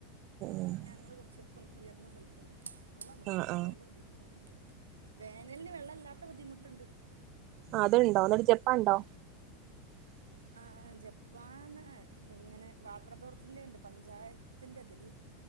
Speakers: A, on the right; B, on the right.
A: ഉം
B: ഞങ്ങള് കൊറച്ച് അൽപ്പം ഉയർന്ന സ്ഥലത്ത വള്ളൊന്നും കയറൂല്ല
A: ആഹ് ആഹ്
B: അതിന്റെ ബുദ്ധിമുട്ടൊന്നുമില്ല. വേനലിന് വെള്ളം ഇല്ലാത്ത ബുദ്ധിമുട്ടുണ്ട്.
A: അത്ണ്ടോ ന്നിട്ട് ജപ്പാൻ ഉണ്ടോ ഉം
B: ആ ജപ്പാൻ ഇങ്ങനെ വാട്ടർ അതോറിറ്റീന്റെറെ ഉണ്ട് പഞ്ചായത്തിന്റെ അതില്